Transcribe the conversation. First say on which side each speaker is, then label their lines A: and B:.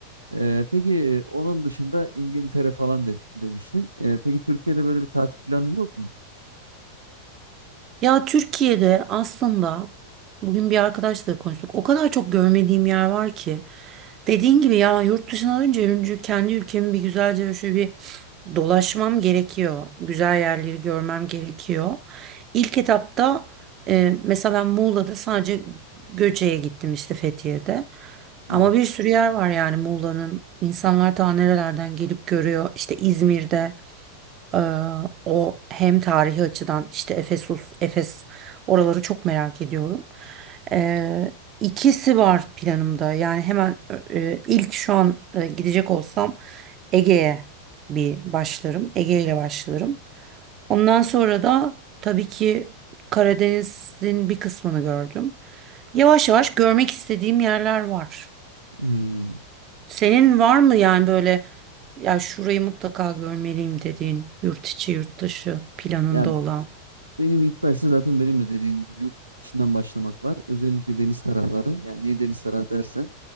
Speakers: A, on the right; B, on the right.
A: Ee, peki e, onun dışında İngiltere falan de- demiştin. Ee, peki Türkiye'de böyle bir tatil planı yok mu?
B: Ya Türkiye'de aslında bugün bir arkadaşla da konuştuk. O kadar çok görmediğim yer var ki. Dediğin gibi ya yurt dışına dönünce önce kendi ülkemi bir güzelce şöyle bir dolaşmam gerekiyor. Güzel yerleri görmem gerekiyor. İlk etapta e, mesela ben Muğla'da sadece Göce'ye gittim işte Fethiye'de. Ama
A: Evet.
B: bir sürü yer var yani Muğla'nın. İnsanlar daha nerelerden gelip görüyor. İşte İzmir'de. Ee, o hem tarihi açıdan işte Efesus, Efes oraları çok merak ediyorum. Ee, ikisi var planımda. Yani hemen e, ilk şu an e, gidecek olsam Ege'ye bir başlarım. Ege ile başlarım. Ondan sonra da tabii ki Karadeniz'in bir kısmını gördüm. Yavaş yavaş görmek istediğim yerler var.
A: Hmm.
B: Senin var mı yani böyle ya şurayı mutlaka görmeliyim dediğin yurt içi yurt dışı planında
A: Ya
B: olan?
A: benim ilk başta zaten benim de dediğin gibi yurt içinden başlamak var. Özellikle deniz tarafları. Yani niye deniz tarafı dersen